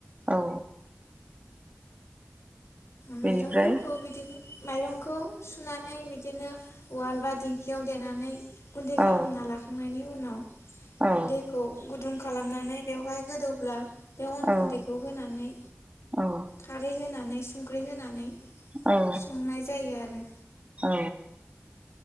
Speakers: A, on the right; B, on the left.
A: औ
B: माइरंफोरखौ
A: बेनिफ्राय
B: बिदिनो माइरंखौ सुनानै बिदिनो उवाल बा दिंखियाव देनानै गुन्दै
A: औ
B: खालामना लाखांनायनि उनाव
A: औ
B: दैखौ गुदुं खालामनानै बेवहाय गोदौब्ला बे अन
A: औ
B: गुन्दैखौ होनानै
A: औ
B: खारै होनानै संख्रि होनानै
A: औ
B: संनाय जायो आरो
A: औ